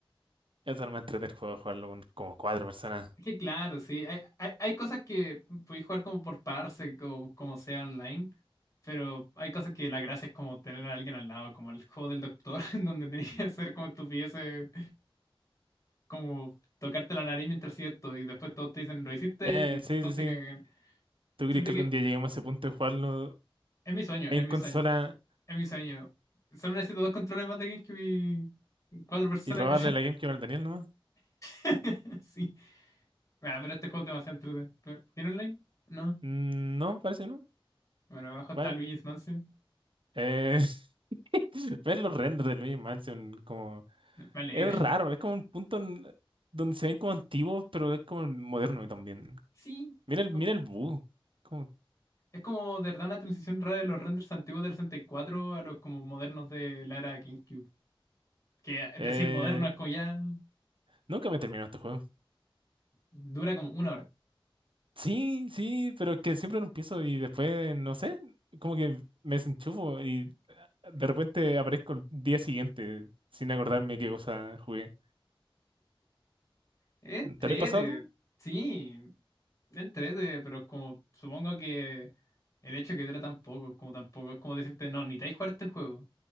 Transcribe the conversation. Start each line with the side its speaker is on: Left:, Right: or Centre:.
Right: Eso no me entretiene el juego, jugarlo con como cuatro personas.
Left: Es que claro, sí, hay, hay, hay cosas que podéis jugar como por parse, como, como sea online, pero hay cosas que la gracia es como tener a alguien al lado, como el juego del doctor, <laughs> en donde tenías que hacer como estupideces, como tocarte la nariz mientras hacías esto, y después todos te dicen, lo hiciste,
Right: Eh,
Left: y
Right: sí,
Left: todos
Right: sí,
Left: te
Right: sí.
Left: cagan.
Right: ¿Tú
Left: Siento
Right: crees que
Left: que
Right: algún día lleguemos a ese punto de jugarlo
Left: es mi sueño,
Right: en
Left: es mi
Right: consola
Left: sueño. Es mi sueño. Solo necesito dos controles más de GameCube y cuatro personas.
Right: y robarle la GameCube al Daniel nomás?
Left: <laughs> Sí. Bueno, pero este juego es demasiado entretenido. Pero- ¿Tiene online? No.
Right: Mm, No, parece que no.
Left: Bueno, abajo está
Right: Bueno.
Left: Luigi's Mansion.
Right: Eh, <laughs> ver los renders de Luigi Mansion como...
Left: No, Me alegra.
Right: Es raro, es como un punto en- donde se ven como antiguos, pero es como moderno también.
Left: Sí.
Right: Mira el,
Left: Como-
Right: mira el bug. Como,
Left: Es como de verdad una transición rara de los renders antiguos del 64 a los como modernos de la era GameCube. Que es
Right: eh,
Left: decir moderno es como ya
Right: nunca me terminó este juego.
Left: dura como una hora.
Right: Sí, sí, pero que siempre lo empiezo y después, no sé, como que me desenchufo y de repente aparezco el día siguiente sin acordarme qué cosa jugué.
Left: Entrete,
Right: ¿Te lo has pasado tú?
Left: sí, entrete, pero es como, supongo que el hecho que dura tan poco, es como tampoco, es como decirte, no, ni te hay jugar este juego.